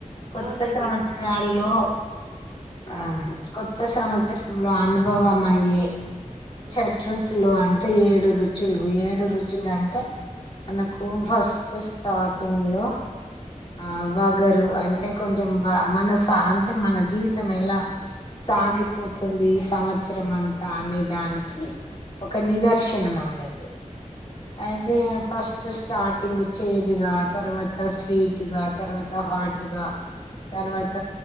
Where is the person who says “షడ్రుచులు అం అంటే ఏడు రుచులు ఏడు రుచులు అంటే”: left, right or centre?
Left